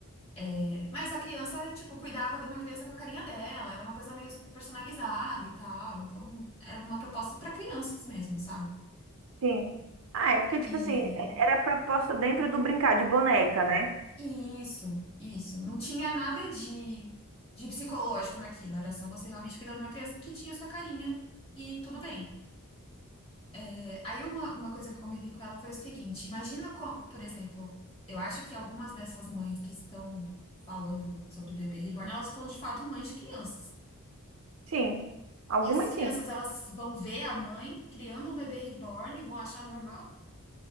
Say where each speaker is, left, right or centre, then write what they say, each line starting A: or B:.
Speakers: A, on the left (about 25°); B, on the right (about 65°).
A: É, Mas a criança, tipo, cuidava de uma criança com a carinha dela, era uma coisa meio personalizada e tal. Então, era uma proposta para crianças mesmo, sabe?
B: Sim. Ah, é porque, tipo
A: E,
B: assim, é, era proposta dentro do brincar de boneca, né?
A: e isso, isso. Não tinha nada de, de psicológico naquilo, era só você realmente cuidar de uma criança que tinha sua carinha e tudo bem. É, Aí uma, uma coisa que eu comentei com ela foi o seguinte: imagina, co- por exemplo, eu acho que algumas dessas mães que estão falando sobre bebê reborn, elas estão de fato mães de crianças.
B: Sim. Algumas
A: E essas crianças,
B: sim.
A: elas vão ver a mãe criando um bebê reborn e vão achar normal?